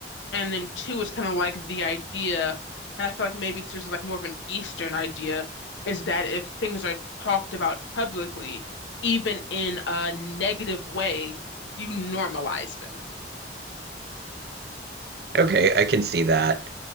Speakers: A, on the left; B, on the right.
A: And then two is kind of like the idea, and I feel like maybe it's just like more of an Eastern idea, is that if things are talked about publicly, even in a negative way, you normalize them.
B: Okay, I can see that.